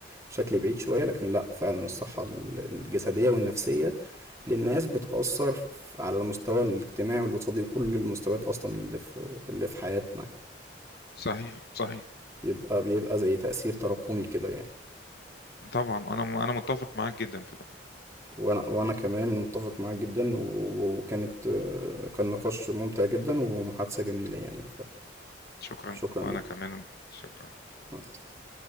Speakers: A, on the right; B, on the left.
A: بشكل بعيد شوية لكن لأ فعلا الصحة ال- الجسدية والنفسية للناس بتأثر ف- على المستوى الاجتماعي والاقتصادي وكل المستويات أصلا اللي في اللي في حياتنا
B: صحيح صحيح
A: بيبقى بيبقى زي تأثير تراكمي كده يعني
B: طبعا انا انا متفق معاك جدا في ده
A: وانا وانا كمان متفق معاك جدا و- و- وكانت آه، كان نقاش ممتع جدا ومحادثة جميلة يعني
B: شكرا
A: فشكرا
B: وانا
A: ليك
B: كمان شكرا
A: مع السلامة